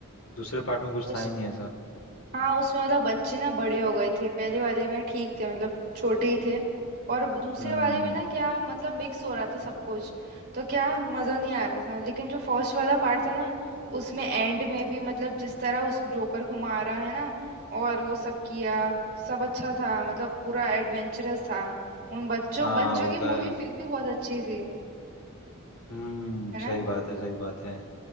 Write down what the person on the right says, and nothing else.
उस
हाँ उसमें मतलब बच्चे ना बड़े हो गए थे पहले वाले में ठीक थे मतलब छोटे ही थे और दूसरे
वाले में ना क्या मतलब मिक्स हो रहा था सब कुछ तो क्या मजा नहीं आ रहा था लेकिन जो फर्स्ट वाला पार्ट था ना उसमें एंड में भी मतलब जिस तरह उस जोकर को मारा है ना और वो सब किया सब अच्छा था मतलब पूरा एडवेंचरस था उन बच्चों
बच्चों
की
मूवी
फिर भी बहुत अच्छी थी
है ना